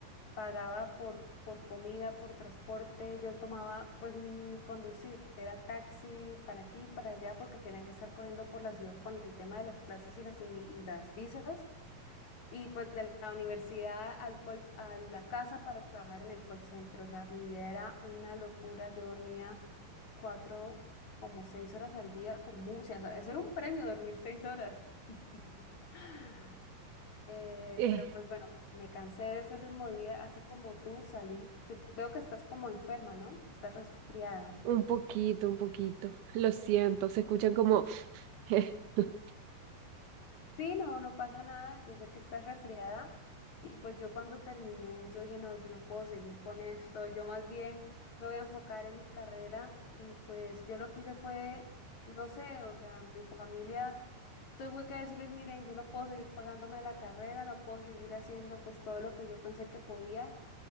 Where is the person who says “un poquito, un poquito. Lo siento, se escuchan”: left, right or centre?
Right